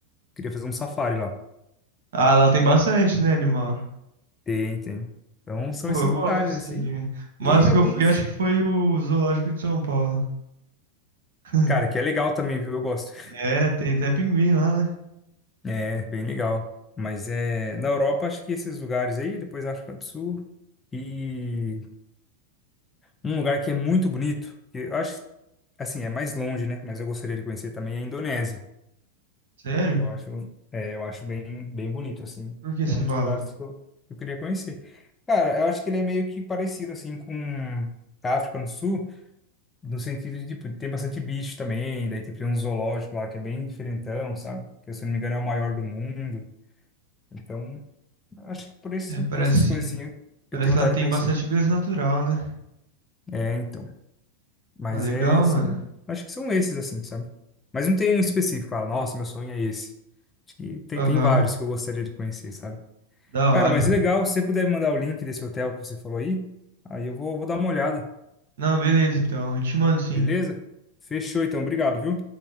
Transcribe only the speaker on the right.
Ah, lá tem bastante, né, animal?
Pô,
eu gosto
disso
também. Mas
o
que eu fui, acho que foi o Zoológico de São Paulo. <laughs>
É, tem até pinguim lá, né?
Sério?
Por que
você
fala?
É, parece,
parece
que
lá tem
bastante beleza natural, né?
Ah, legal,
mano.
Aham,
da
hora.
Não, beleza, então. Eu te mando sim.